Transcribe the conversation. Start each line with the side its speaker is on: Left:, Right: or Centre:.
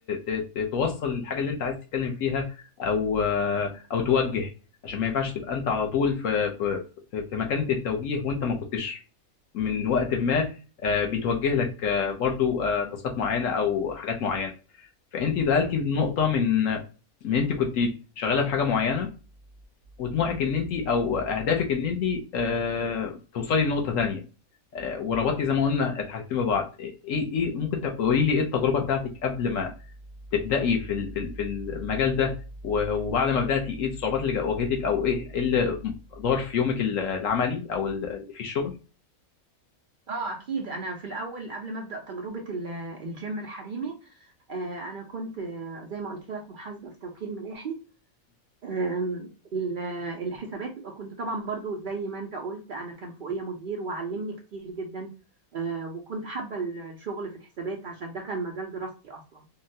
Left: ت... ت- توصل الحاجه اللي انت عايز تتكلم فيها او او توجه عشان ما ينفعش تبقى انت على طول في في في في مكانه التوجيه وانت ما كنتش من وقت ما آه، بيتوجه لك آه، برضو آه، تاسكات معينه او حاجات معينه فانت دخلتي في نقطه من من انت كنت شغاله في حاجه معينه وطموحك ان انت او اهدافك ان انت آه، توصلي لنقطه تانية آه، وربطتي زي ما قلنا الحاجتين ببعض ايه ايه إيه، ممكن تقولي لي ايه التجربه بتاعتك قبل ما تبداي في ال- في ال- في المجال ده و- وبعد ما بداتي ايه الصعوبات اللي جا- واجهتك او ايه إيه اللي دار في يومك ال- العملي او ال- اللي فيه الشغل
Right: اه اكيد انا في الاول قبل ما ابدا تجربه ال- الجيم الحريمي آه، انا كنت آه، زي ما قلت لك محاسبه في توكيل ملاحي آم، ال- الحسابات كنت طبعا برضو زي ما انت قلت انا كان فوقيا مدير وعلمني كتير جدا آه، وكنت حابه ال- الشغل في الحسابات عشان ده كان مجال دراستي اصلا